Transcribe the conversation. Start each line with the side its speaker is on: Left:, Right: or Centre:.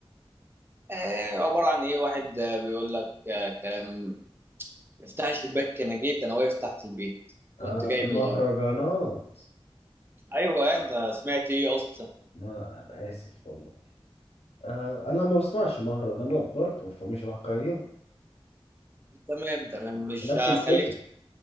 Right: آه عباره عن ايه واحد آه، بيقول لك آه كلام افتح الشباك انا جيت انا واقف تحت البيت
Left: آه
Right: كنت جاي من
Left: مهرجانات
Right: الغيط ايوه يعني انت سمعت ايه اصلا
Left: ما أنا اسف والله آه انا ما بسمعش مهرجانات برضه فمش هقيمه
Right: تمام تمام مش
Left: نفس
Right: هخليك
Left: الفكرة